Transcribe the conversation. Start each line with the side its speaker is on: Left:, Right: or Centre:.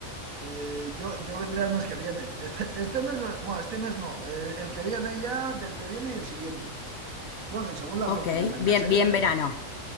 Right: Eh, yo, yo vendré el mes que viene. Este, este mes, bueno, este mes no, el, el que viene ya, del que viene y el siguiente. Bueno, y según la
Left: Ok,
Right: zona que vayas,
Left: bien,
Right: ¿eh?
Left: bien
Right: pero.
Left: verano.